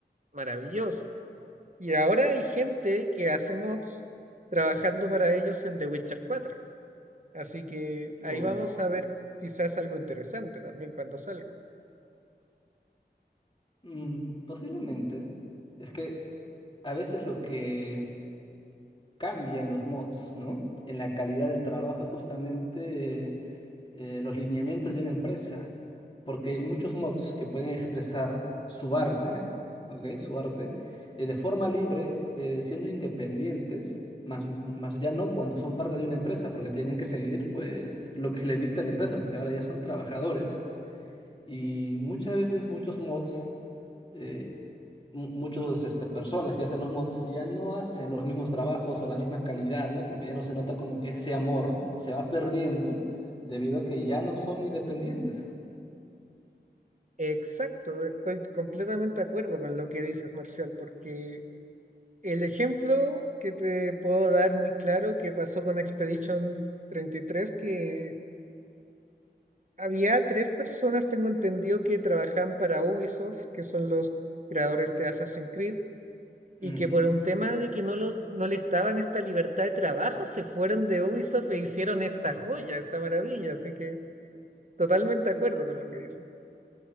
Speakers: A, on the right (about 45°); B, on the left (about 30°).
A: maravilloso. Y ahora hay gente que hace mods trabajando para ellos en The Witcher cuatro Así que
B: uf.
A: ahí vamos a ver quizás algo interesante también cuando salga.
B: Mm, posiblemente. Es que a veces lo que cambia en los mods, ¿no? En la calidad del trabajo es justamente eh, los lineamientos de una empresa, porque hay muchos mods que pueden expresar su arte, ¿ok? Su arte eh, de forma libre, eh, siendo independientes, más, más ya no cuando son parte de una empresa, porque tienen que seguir pues lo que le dicta la empresa, porque ahora ya son trabajadores. Y muchas veces muchos mods eh, mu- muchos este, personas que hacen los mods ya no hacen los mismos trabajos o la misma calidad, ¿no? Porque ya no se nota como que ese amor se va perdiendo debido a que ya no son independientes.
A: Exacto, estoy completamente de acuerdo con lo que dices, Marcial, porque el ejemplo que te puedo dar muy claro que pasó con Expedition treinta y tres que Había tres personas, tengo entendido, que trabajan para Ubisoft, que son los creadores de Assassin's Creed, y
B: Ujú.
A: que por un tema de que no, los, no les daban esta libertad de trabajo, se fueron de Ubisoft e hicieron esta joya, esta maravilla. Así que totalmente de acuerdo con lo que dicen.